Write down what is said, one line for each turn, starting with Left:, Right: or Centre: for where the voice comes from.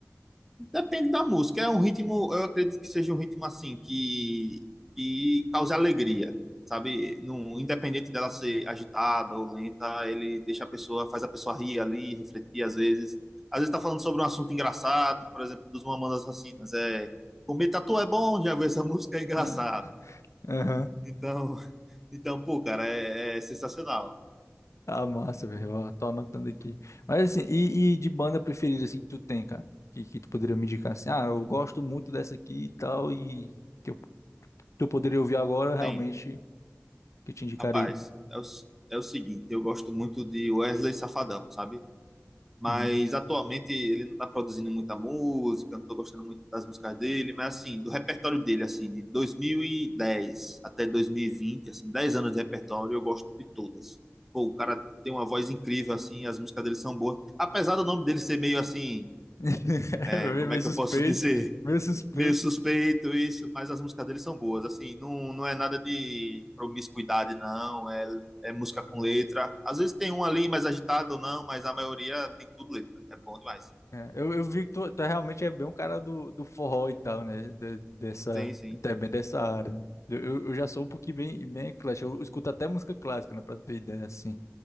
Centre: Depende da música, é um ritmo, eu acredito que seja um ritmo assim, que, que cause alegria, sabe? Não, independente dela ser agitada ou lenta, ele deixa a pessoa, faz a pessoa rir ali, refletir às vezes. Às vezes tá falando sobre um assunto engraçado, por exemplo, dos Mamonas Assassinas, é comer tatu é bom, já viu essa <laughs> música, é engraçado.
Left: Ah, Aham.
Centre: Então, então pô, cara, é, é sensacional.
Left: Ah, massa, velho. Ó, Tô anotando aqui. Mas assim, e, e de banda preferida, assim, que tu tem, cara? Que, que tu poderia me indicar assim? Ah, eu gosto muito dessa aqui e tal, e que eu, que eu poderia ouvir agora, realmente,
Centre: Tem.
Left: que eu te indicaria.
Centre: Rapaz, é o, s- é o seguinte, eu gosto muito de Wesley Safadão, sabe? Mas
Left: Uhum.
Centre: atualmente ele não tá produzindo muita música, eu não tô gostando muito das músicas dele, mas assim, do repertório dele, assim, de 2010 até 2020 assim, 10 anos de repertório, eu gosto de todas. Pô, o cara tem uma voz incrível, assim, as músicas dele são boas. Apesar do nome dele ser meio assim,
Left: <laughs>
Centre: é,
Left: É
Centre: como
Left: Meio
Centre: é que
Left: suspeito,
Centre: eu posso <laughs> dizer?
Left: meio suspeito.
Centre: meio suspeito isso, mas as músicas dele são boas. Assim, não, não é nada de promiscuidade, não. É, é música com letra. Às vezes tem um ali mais agitado ou não, mas a maioria tem tudo letra. É bom demais.
Left: É, eu, eu vi que tu, tu realmente é bem um cara do, do forró e tal, né? De- dessa,
Centre: Sim, sim.
Left: até bem dessa área. né? Eu, eu eu já sou um pouquinho bem, bem eclético. Eu escuto até música clássica, né? Pra tu ter ideia, assim.